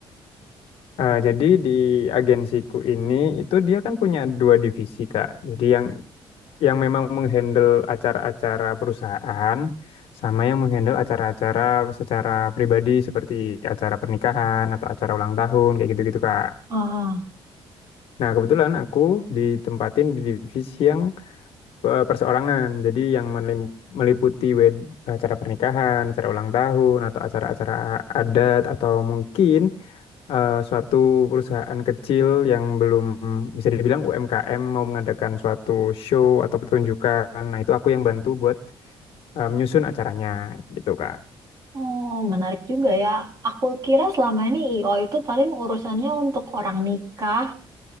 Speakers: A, on the left (about 70°); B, on the right (about 35°).
A: Eh, jadi di agensiku ini itu dia kan punya dua divisi Kak. Jadi yang yang memang menghandle acara-acara perusahaan sama yang menghandle acara-acara secara pribadi seperti acara pernikahan atau acara ulang tahun kayak gitu-gitu Kak.
B: Ah,
A: Nah, kebetulan aku ditempatin di divisi yang eh, perseorangan. Jadi yang melim- meliputi wed- acara pernikahan, acara ulang tahun atau acara-acara adat atau mungkin eh, suatu perusahaan kecil yang belum bisa dibilang UMKM mau mengadakan suatu show atau pertunjukan. Nah, itu aku yang bantu buat eh, menyusun acaranya gitu, Kak.
B: oh menarik juga ya. Aku kira selama ini IO itu paling urusannya untuk orang nikah.